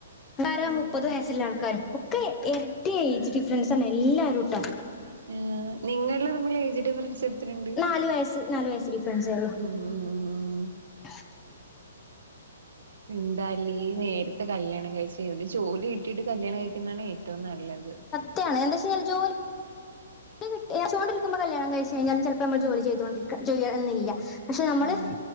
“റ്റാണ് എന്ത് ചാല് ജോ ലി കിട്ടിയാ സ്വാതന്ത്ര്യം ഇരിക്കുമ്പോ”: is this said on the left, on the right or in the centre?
Left